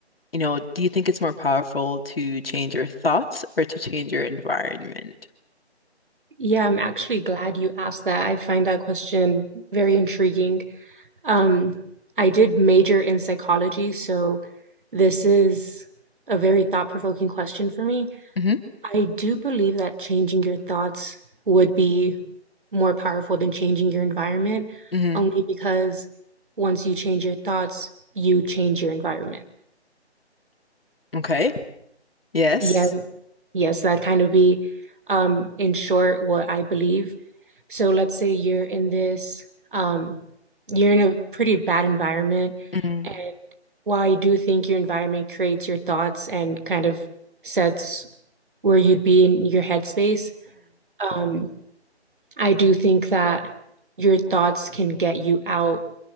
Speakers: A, on the left (about 60°); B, on the right (about 50°).
A: you know, do you think it's more powerful to change your thoughts or to change your environment?
B: Yeah, I'm actually glad you asked that. I find that question very intriguing. Um, I did major in psychology, so this is a very thought-provoking question for me.
A: hmm
B: I do believe that changing your thoughts would be more powerful than changing your environment,
A: hmm
B: only because once you change your thoughts, you change your environment.
A: Okay. Yes.
B: Yeah, yes, that kind of be um, in short what I believe. So let's say you're in this, um, you're in a pretty bad environment.
A: Mm-hmm.
B: And while I do think your environment creates your thoughts and kind of sets where you'd be in your headspace, um, I do think that your thoughts can get you out